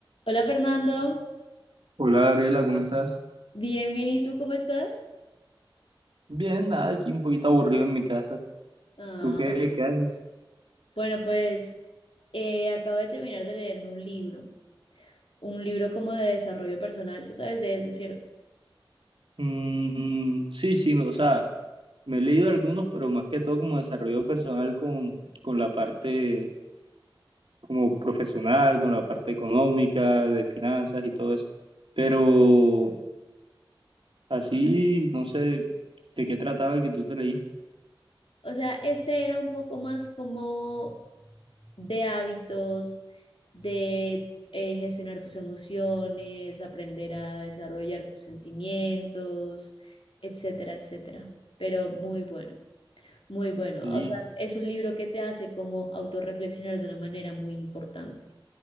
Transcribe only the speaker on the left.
Hola Fernando,
bien, bien, ¿y tú cómo estás?
Ah,
bueno, pues eh, acabo de terminar de leerme un libro, un libro como de desarrollo personal, tú sabes de eso, ¿cierto?
O sea, este era un poco más como de hábitos, de eh, gestionar tus emociones, aprender a desarrollar tus sentimientos, etcétera, etcétera. Pero muy bueno, muy bueno.
O sea, es un libro que te hace como autorreflexionar de una manera muy importante.